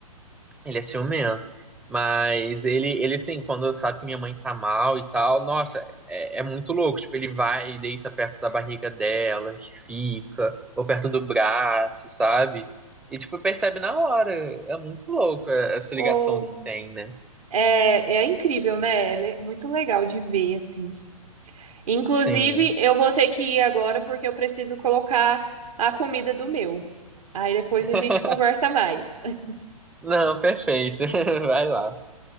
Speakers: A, in the centre; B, on the right.
A: ele é ciumento. Mas ele, ele assim, quando sabe que minha mãe tá mal e tal, nossa, é, é muito louco. Tipo, ele vai e deita perto da barriga dela, fica, ou perto do braço, sabe? E, tipo, percebe na hora. É muito louco é, essa ligação
B: Ou
A: que tem, né?
B: é, é incrível, né? É le- muito legal de ver, assim. Inclusive,
A: Sim.
B: eu vou ter que ir agora porque eu preciso colocar a comida do meu. Aí depois
A: <laughs>
B: a gente conversa mais. <laughs>
A: Não, perfeito. <laughs> Vai lá.